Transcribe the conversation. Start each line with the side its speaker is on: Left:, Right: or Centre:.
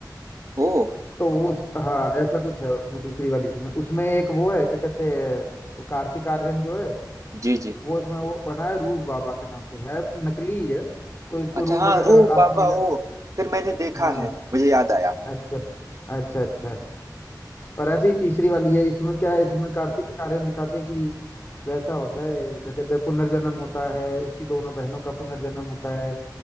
Right: ओह
Left: तो वो उस हाँ ऐसा कुछ है उसमें दूसरी वाली में उसमें एक वो है क्या कहते हैं वो कार्तिक आर्यन जो है
Right: जी जी
Left: वो इसमें वो बना है रूह बाबा के नाम से है नकली ही है कोई इसको
Right: अच्छा
Left: रूह
Right: हाँ
Left: वगैरह
Right: रूह
Left: आत्मा
Right: बाबा
Left: वगैरह
Right: वो फिर मैंने देखा
Left: हाँ
Right: है मुझे याद आया
Left: अच्छा अच्छा अच्छा और ऐसी ही तीसरी वाली है इसमें क्या है इसमें कार्तिक आर्यन दिखाते हैं कि वैसा होता है क्या कहते हैं पुनर्जन्म होता है उसकी दोनों बहनों का पुनर्जन्म होता है